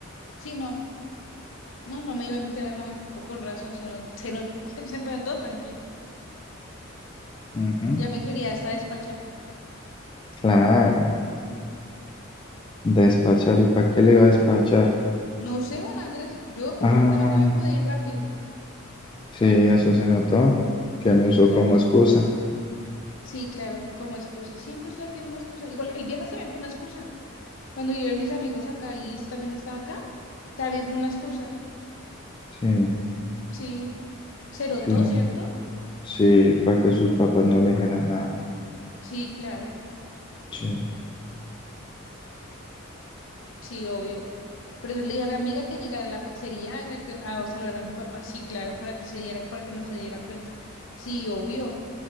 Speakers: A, on the left; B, on the left.
A: sí, no. No, no me iba a invitar a nada. O razón, se no, se no, <laughs> se notó, tranquilo.
B: Ujú,
A: Ya me quería hasta despachar.
B: Claro. Despachar. ¿Y para qué le iba a despachar?
A: No sé, Juan Andrés, yo
B: Ah,
A: perfectamente me pude ir rápido.
B: sí, eso se notó. Que me
A: Sí,
B: usó
A: claro,
B: como excusa.
A: sí, claro, como excusa. Siempre usted ha sido una excusa. Igual, el viernes también fue una excusa. Cuando yo a mis amigos acá y usted también estaba acá, también fue una excusa.
B: Sí,
A: Sí, Cero
B: sí,
A: todo,
B: una-
A: ¿cierto?
B: sí, para que sus papás no le dijeran nada.
A: Sí, claro,
B: Sí.
A: sí, obvio. Por eso le dije a mi amiga que llegara a la pizzería que, que- a saludar a mi papá. Sí, claro, para que se diera, para que no se diera cuenta. Sí, obvio.